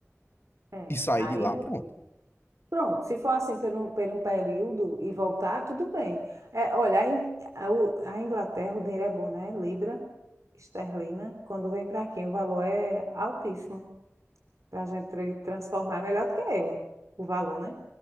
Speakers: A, on the right; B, on the left.
A: é.
B: e sair
A: Aí,
B: de lá,
A: meu
B: pronto.
A: filho. Pronto, se for assim por um, por um período e voltar, tudo bem. É, olha, a, In- a U- a Inglaterra, o dinheiro é bom, né? Libra, esterlina. Quando vem para quem, o valor é altíssimo. para a gente tra- transformar, é melhor do que euro, o valor, né?